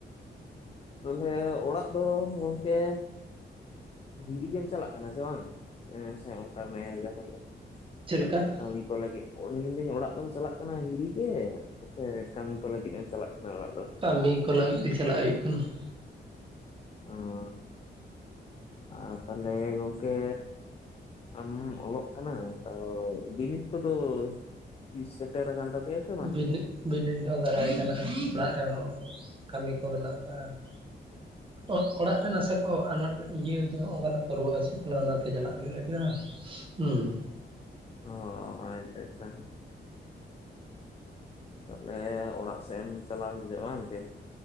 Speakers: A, on the left (about 35°); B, on the right (about 30°).
A: ᱛᱟᱦᱚᱞᱮ ᱚᱲᱟᱜ ᱫᱚ ᱜᱚᱢᱠᱮ ᱦᱤᱨᱤ ᱜᱮᱢ ᱪᱟᱞᱟᱜ ᱠᱟᱱᱟ ᱪᱮ ᱵᱟᱝ ᱦᱮᱸᱥᱮ ᱚᱱᱠᱟᱱ <unintelligible> ᱡᱚᱦᱟᱨ ᱫᱚ ᱾
B: <unintelligible>
A: ᱠᱟᱹᱢᱤ ᱠᱚ ᱞᱟᱹᱜᱤᱫ ᱢᱮᱱᱫᱟᱹᱧ ᱚᱲᱟᱜ ᱫᱚᱢ ᱪᱟᱞᱟᱜ ᱠᱟᱱᱟ ᱦᱤᱨᱤ ᱜᱮ ᱥᱮ ᱠᱟᱹᱢᱤ ᱠᱚ ᱞᱟᱹᱜᱤᱫ ᱮᱢ ᱪᱟᱞᱟᱜ ᱠᱟᱱᱟ ᱚᱲᱟᱜ ᱫᱚ ᱾
B: ᱠᱟᱢᱤ ᱠᱚ ᱞᱟᱹᱜᱤᱫ ᱜᱮ ᱪᱟᱞᱟᱜ ᱦᱩᱭᱩᱜ ᱠᱟᱱᱟ ᱾
A: ᱚᱸᱻ ᱟᱨ ᱛᱟᱦᱞᱮ ᱜᱚᱝᱠᱮ ᱟᱢ ᱚᱞᱚᱜ ᱠᱟᱱᱟ ᱛᱚ ᱵᱤᱱᱤᱰ ᱠᱚᱫᱚ ᱛᱤᱥ ᱥᱮᱴᱮᱨ ᱠᱟᱱ ᱛᱟᱯᱮᱭᱟ ᱾
B: ᱵᱤᱱᱤᱰ ᱵᱤᱱᱤᱰ ᱦᱚᱸ ᱫᱟᱨᱟᱭ ᱠᱟᱱᱟ ᱚᱲᱟᱜ ᱨᱮᱦᱚᱸ ᱠᱟᱹᱢᱤ ᱠᱚ ᱢᱮᱱᱟᱜ ᱠᱟᱜᱼᱟ ᱾ ᱚᱜᱼᱚᱲᱟᱜ ᱨᱮ ᱱᱟᱥᱮ ᱚ ᱟᱱᱟᱴ ᱤᱭᱟᱹ ᱡᱮ ᱚᱱᱟᱛᱮ ᱨᱩᱣᱟᱹ ᱦᱟᱹᱥᱩᱜ ᱠᱟᱱᱟ ᱚᱱᱟᱛᱮ ᱪᱟᱞᱟᱜ ᱜᱮ ᱞᱟᱜᱟᱜᱼᱟ <unintelligible> ᱾
A: ᱚ ᱟᱪᱪᱷᱟ ᱟᱪᱪᱷᱟ ᱾ ᱛᱟᱦᱚᱞᱮ ᱚᱲᱟᱜ ᱥᱮᱜ ᱮᱢ ᱪᱟᱞᱟᱣ ᱦᱤᱡᱩᱜᱼᱟ ᱵᱟᱝ ᱪᱮ